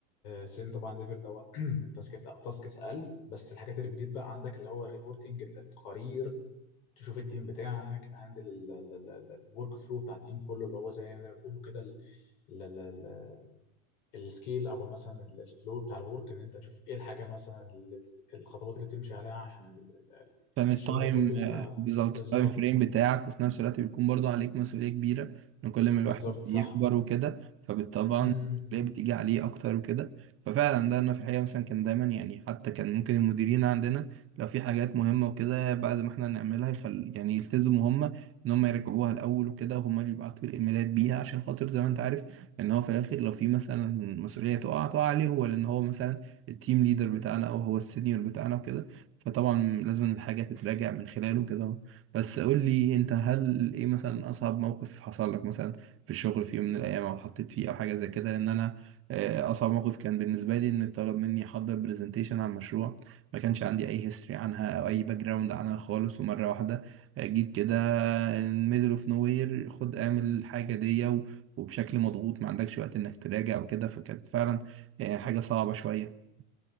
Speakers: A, on the left; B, on the right.
A: سين طبعا ليفل ده <clears throat> التاسكات تاسكس اقل بس الحاجات اللي بتزيد بقى عندك اللي هو الريبورتنج التقارير تشوف التيم بتاعك تهندل الورك فلو بتاع التيم كله اللي هو زي ما بيقولوا كده ال- ال- ال- ال- السكيل او مثلا ال- الفلو بتاع الورك ان انت تشوف ايه الحاجه مثلا ال- ال- الخطوات اللي بتمشي عليها عشان ال- ال- ال-
B: عشان التايم
A: الشغل كله يبقى
B: آه، بالظبط
A: بالظبط
B: التايم فريم بتاعك وفي نفس الوقت بيكون برضو عليك مسؤولية كبيرة ان كل ما
A: بالظبط
B: الواحد
A: صح
B: بيكبر وكده فبالطبع
A: امم
B: المسؤولية بتيجي عليه اكتر وكده ففعلا ده انا في الحقيقة مثلا كان دايما يعني حتى كان ممكن المديرين عندنا لو في حاجات مهمة وكده بعد ما احنا نعملها يخل يعني يلتزموا هم ان هم يرجعوها الاول وكده وهم اللي يبعتوا الايميلات بيها عشان خاطر زي ما انت عارف ان هو في الاخر لو في مثلا مسؤولية تقع تقع عليه هو لان هو مثلا التيم ليدر بتاعنا او هو السينيور بتاعنا وكده فطبعا لازم الحاجة تتراجع من خلاله كده بس قول لي انت هل ايه مثلا اصعب موقف حصل لك مثلا في الشغل في يوم من الايام او حطيت فيه او حاجة زي كده لان انا آه، اصعب موقف كان بالنسبة لي ان طلب مني احضر برزنتيشن عن مشروع ما كانش عندي اي هيستوري عنها او اي باك جراوند عنها خالص ومرة واحدة جيت كده ميدل اوف نو وير خد اعمل الحاجة دي و- وبشكل مضغوط ما عندكش وقت انك تراجع وكده فكانت فعلا آه، حاجة صعبة شوية